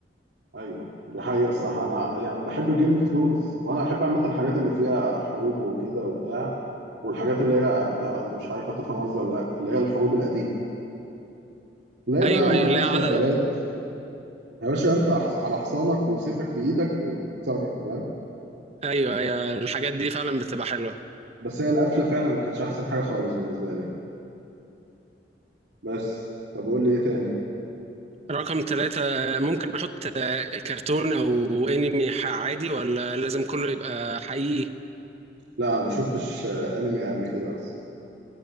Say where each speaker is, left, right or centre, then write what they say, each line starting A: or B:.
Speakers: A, on the right (about 75°); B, on the right (about 35°).
A: ايوه دي حقيقة الصح انا يعني بحب جيم اوف ثرونز وانا احب عامة الحاجات اللي فيها حروب وكده وبتاع والحاجات اللي هي انت مش عارف هتفهم قصدي ولا لا اللي هي الحروب القديمة اللي هي
B: أيوه
A: بقى ما
B: أيوه
A: فيش
B: لا على
A: دبابات
B: لا.
A: يا باشا انت حص- على حصانك وسيفك في ايدك وتتصرف فاهم
B: أيوه أيوه الحاجات دي فعلا بتبقى حلوة
A: بس هي القفلة فعلا ما كانتش احسن حاجة خالص بالنسبة لي بس طب قول لي ايه تاني
B: رقم ثلاثة ممكن أحط آه، كرتون أو أنمي ح- عادي ولا لازم كله يبقى حقيقي
A: لا انا ما شفتش آه، انمي قبل كده اصلا